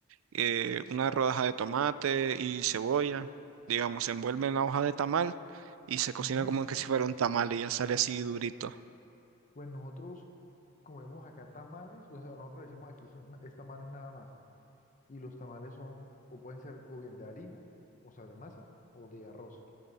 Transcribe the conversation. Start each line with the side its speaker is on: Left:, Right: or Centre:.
Right: eh, una rodaja de tomate y cebolla, digamos, se envuelve en la hoja de tamal y se cocina
Left: Ujú.
Right: como que si fuera un tamal y ya sale así durito.
Left: Pues nosotros comemos acá tamales, o sea, nosotros decimos aquí son, es tamales nada más. Y los tamales son, o pueden ser o bien de harina, o sea, de masa, o de arroz.